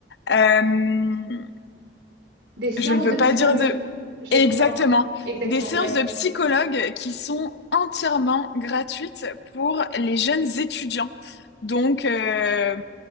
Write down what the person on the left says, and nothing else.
euh,
Je ne veux
pas
dire de...
Exactement.
Des séances
de psychologue qui sont entièrement gratuites pour les jeunes étudiants. Donc, euh,